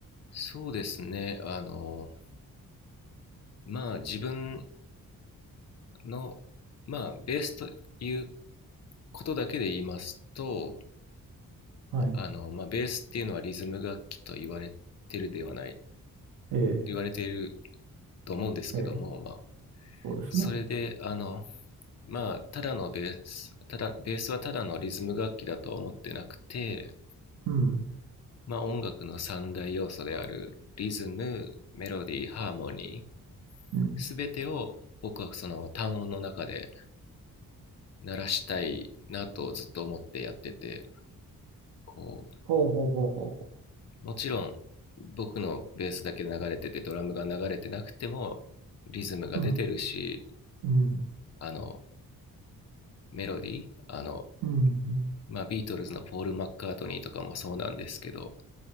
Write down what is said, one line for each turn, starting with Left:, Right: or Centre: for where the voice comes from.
Left: そうですね。あの、まあ自分の、まあベースということだけで言いますと、
Right: はい。
Left: あの、まあベースっていうのはリズム楽器と言われてるではない、
Right: ええ、
Left: 言われていると思うんですけども、
Right: ええ、
Left: まあ
Right: そうですね。
Left: それで、あの、まあただのベース、ただ、ベースはただのリズム楽器だとは思ってなくて、
Right: うん、
Left: まあ音楽の三大要素であるリズム、メロディー、ハーモニー、
Right: うん。
Left: すべてを僕はその単音の中で鳴らしたいなとずっと思ってやっててこ
Right: ほうほうほうほうほ
Left: うもちろん僕のベースだけ流れててドラムが流れてなくてもリズムが出てるし
Right: う。うん、うん、
Left: あのメロディーあの、
Right: うん、うん
Left: まあ、ビートルズのポール・マッカートニーとかもそうなんですけど